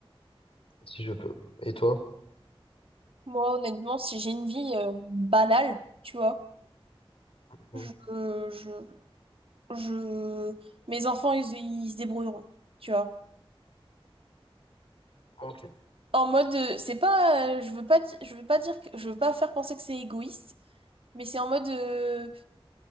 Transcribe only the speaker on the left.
Si je peux. Et toi?
Mhm.
Ok.